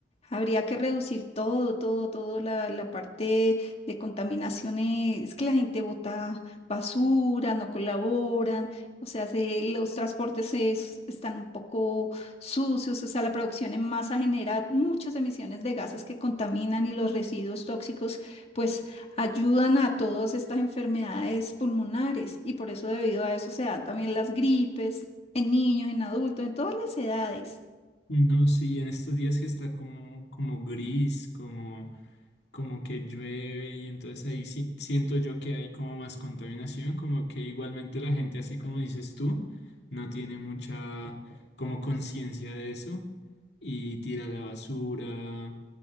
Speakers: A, on the left; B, on the left.
A: Habría que reducir todo, todo, todo la, la parte de contaminación. eh, Es que la gente bota basura, no colaboran, o sea, se- los transportes es- están un poco sucios, o sea, la producción en masa genera muchas emisiones de gases que contaminan y los residuos tóxicos pues ayudan a todas estas enfermedades pulmonares y por eso debido a eso se dan también las gripes en niños, en adultos, en todas las edades.
B: No, sí, en estos días que está como, como gris, como, como que llueve y entonces ahí sí, siento yo que hay como más contaminación, como que igualmente la gente, así como dices tú, no tiene mucha como conciencia de eso y tira la basura